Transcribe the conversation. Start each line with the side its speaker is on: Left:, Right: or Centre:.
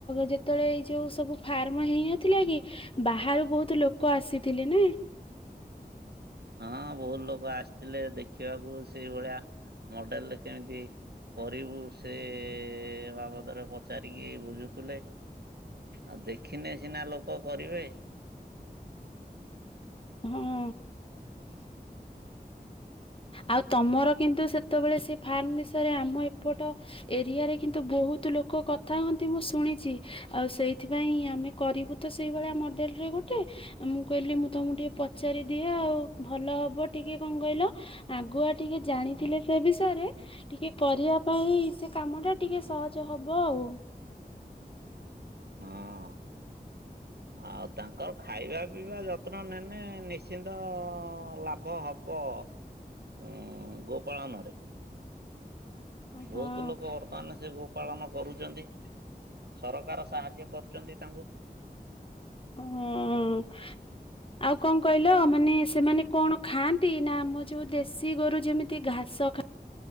Left: ଯେତେବେଳେ ଏଇ ଯୋଉ ସବୁ ଫାର୍ମ ହେଇନଥିଲା କି ବାହାରୁ ବହୁତୁ ଲୋକ ଆସିଥିଲେ ନା
Right: ହଁ ବହୁତ୍ ଲୋକ ଆସିଥିଲେ ଦେଖିବାକୁ ସେଇ ଭଳିଆ ମଡେଲରେ କେମିତି କରିବୁ ସେ ବାବଦରେ ପଚାରିକି ବୁଝୁଥୁଲେ। ଆ ଦେଖିନେ ସିନା ଲୋକ କରିବେ।
Left: ହୁଁ। ଆଉ ତମର କିନ୍ତୁ ସେତବେଳେ ସେ ଫାର୍ମ ବିଷୟରେ ଆମ ଏପଟ ଏରିଆରେ କିନ୍ତୁ ବହୁତ୍ ଲୋକ କଥା ହୁଅନ୍ତି ମୁଁ ଶୁଣିଚି। ଆଉ ସେଇଥିପାଇଁ ଆମେ କରିବୁ ତ ସେଇଭଳିଆ ମଡେଲ୍ ରେ ଗୋଟେ। <unintelligible> ମୁଁ କହିଲି ମୁଁ ତୁମୁକୁ ଟିକେ ପଚାରିଦିଏ ଆଉ, ଭଲ ହବ ଟିକେ କଣ କହିଲ ଆଗୁଆ ଟିକେ ଜାଣିଥିଲେ ସେ ବିଷୟରେ ଟିକେ କରିଆ ପାଇଁ ସେ କାମଟା ଟିକେ ସହଜ ହବ ଆଉ।
Right: <unintelligible> ଆଉ ତାଙ୍କର ଖାଇବା ପିଇବା ଯତ୍ନ <unintelligible> ନିଶ୍ଚିନ୍ତ ଲା ଭ ହବ ଉଁ ଗୋ ପାଳନରେ। ବହୁତୁ
Left: ହଁ।
Right: ଲୋକ <unintelligible> <unintelligible> ସେ ଗୋପାଳନ କରୁଚନ୍ତି, ସରକାର ସାହାଯ୍ୟ କରୁଚନ୍ତି ତାଙ୍କୁ।
Left: ଉଁ ଆଉ କଣ କହିଲ ମାନେ ସେମାନେ କଣ ଖାଆନ୍ତି, ନା ଆମ ଯୋଉ ଦେଶୀ ଗୋରୁ ଯେମି ତି ଘାସ ଖା